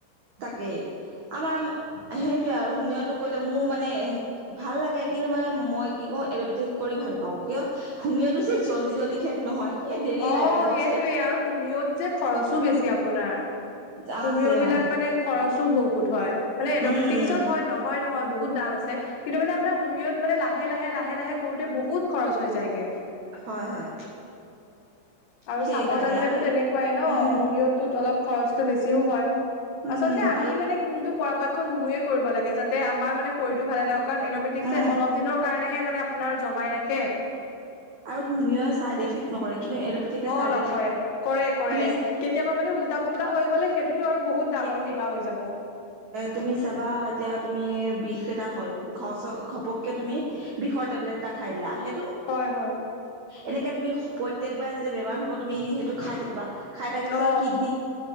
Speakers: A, on the right; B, on the left.
A: তাকেই আমাৰ সেইটোয়ে আৰু হুমিয়টো কৰিলে মোৰ মানে ভাল লাগে। কিন্তু মানে মই কি কওঁ এল'পেথিক কৰি ভাল পাওঁ, কিয় হুমিয়টো যে জল্দি জল্দি শেষ নহয়। এই দেৰি
B: অ
A: লাগে বস্তু
B: সেইটোৱেই আৰু হুমিয়ত যে খৰচো বেছি আপোনাৰ
A: আছে
B: হুমিয় বিলাক
A: অ
B: মানে খৰচো বহুত হয় মানে এল'পেটিকছত
A: উম উম
B: হয়, নহয় নহয় বহুত দাম আছে কিন্তু মানে আপোনাৰ হুমিয়ত মানে লাহে লাহে লাহে লাহে কৰোতে বহুত খৰচ হৈ যায়গে।
A: হয় হয়
B: আৰু
A: সেইকাৰণে
B: চাব জানিলেতো
A: আৰু
B: তেনেকুৱাই ন
A: উম
B: হোমিয়ত টোত অলপ খৰচটো অলপ বেছিও হয়।
A: উম
B: আচলতে
A: উম
B: আমি
A: আৰু
B: মানে কোনটো পৰাপক্ষ সোমোৱে কৰিব লাগে যাতে আমাৰ মানে শৰীৰটো ভালে থাকক কাৰণ এন'বেটিকছ
A: উম
B: যে অলপ দিনৰ কাৰণেহে মানে আপোনাৰ জমাই ৰাখে।
A: আৰু হুমিয়ই ছাইড ইফেক্ট নকৰে, কিন্তু এল'পেথিকে
B: অ
A: চাইড
B: নকৰে
A: ইফেক্ট কৰে।
B: কৰে
A: তুমি
B: কেতিয়াবা মানে উল্টা পুল্টা
A: <unintelligible>
B: হৈ গ'লে সেইটোতো আৰু বহুত ডাঙৰ কিবা হৈ যাব
A: তুমি চাবা এতিয়া তুমি বিষ এটা হ'ল। ঘচ ঘপককে তুমি বিষৰ টেবলেট এটা খাই দিলা। সে
B: হয়, হয়।
A: এনেকে তুমি প্ৰত্যেকবাৰে যেতিয়া বেমাৰ হ'ব তুমি সেইটো খাই থাকিবা। খাই তাকিছত
B: অ
A: কিডনীত,